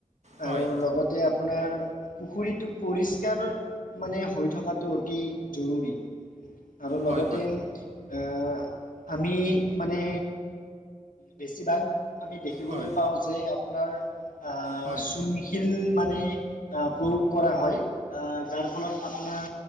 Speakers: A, on the right; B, on the left.
A: হয়
B: আৰু লগতে আ আপোনাৰ পুখুৰীটো পৰিষ্কাৰ মানে হৈ থকাত টো অতি জৰুৰী আৰু
A: হয়
B: লগতে
A: হয় হয় হয়
B: আ আমি মানে বেছিভাগ আমি দেখিবলৈ
A: হয়
B: পাওঁ যে আপোনাৰ আ
A: হয়
B: চুনী শিল মানে প্ৰয়োগ কৰা হয়। আ যাৰ ফলত আপোনাৰ